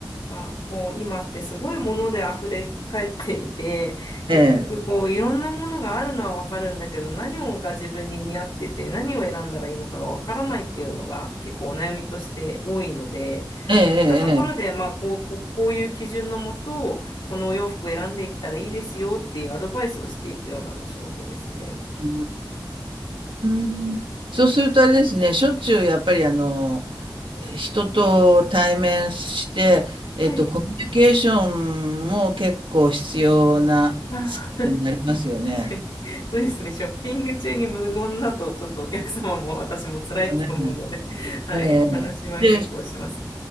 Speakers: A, on the left (about 70°); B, on the right (about 80°).
A: が、こう、今ってすごいもので溢れ返っていて、結局、
B: ええ、
A: こう、いろんなものがあるのはわかるんだけど、何をが自分に似合ってて、何を選んだらいいのかがわからないっていうのが結構お悩みとして多いので、
B: ええ、ええ。
A: そういったところで、
B: ええ
A: まあ、こう、こう、こういう基準のもと、このお洋服を選んでいったらいいですよっていうアドバイスをしていくようなお仕事ですね。
B: うーん。そうするとあれですね、しょっちゅうやっぱりあの、人と対面して、えっと、
A: はい。
B: コミュニケーションも結構必要なスキルになりますよね。
A: あ <laughs> <laughs> 確かに、そうですね。ショッピング中に無言だと、ちょっとお客様も私も辛いと思うので、
B: よね
A: <laughs> はい、
B: ええ
A: お話は結構します。
B: で、